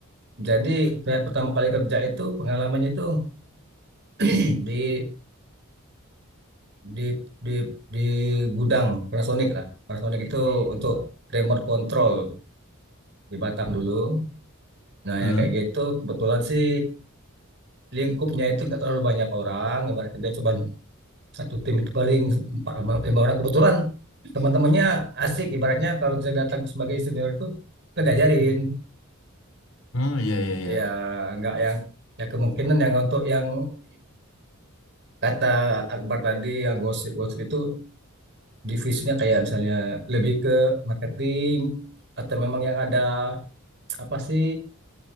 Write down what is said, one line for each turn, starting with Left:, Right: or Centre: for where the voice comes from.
Right: Jadi saya pertama kali kerja itu pengalamannya itu <clears throat> di di di di gudang Panasonic lah. Panasonic itu untuk remote control di Batam dulu. Nah,
Left: Hmm?
Right: yang kayak gitu kebetulan sih lingkupnya itu nggak terlalu banyak orang. Ibarat kerja cuma satu tim itu paling empat orang- lima orang kebetulan teman-temannya asik ibaratnya kalau kita datang sebagai senior itu kita diajarin
Left: Oh iya iya iya.
Right: ya nggak yang ya kemungkinan yang untuk yang <clears throat> kata Akbar tadi yang gosip-gosip itu divisinya kayak misalnya lebih ke marketing atau memang yang ada apa sih